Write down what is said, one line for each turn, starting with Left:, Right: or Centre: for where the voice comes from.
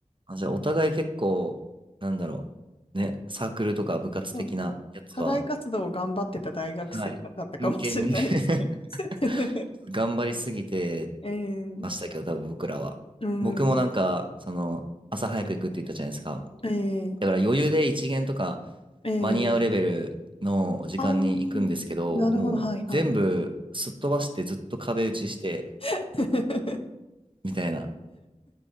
Right: あ、じゃあ、お互い結構、なんだろう。ね、サークルとか部活的なやつは、
Left: そうですね。課外活動を頑張ってた大学生だったかもしれないですね。
Right: はい。真剣に <laughs>
Left: <laughs>
Right: 頑張りすぎて
Left: えー、
Right: ましたけど、多分僕らは。
Left: うん、
Right: 僕もなんか、その、朝早く行くって言ったじゃないですか。
Left: え
Right: だから余裕で一限とか
Left: ー、えー、
Right: 間に合うレベルの時間に行くんですけど、
Left: あー、なるほど、
Right: もう全部すっ飛ばしてずっと壁打ちして、
Left: はい、はい。<laughs>
Right: みたいな。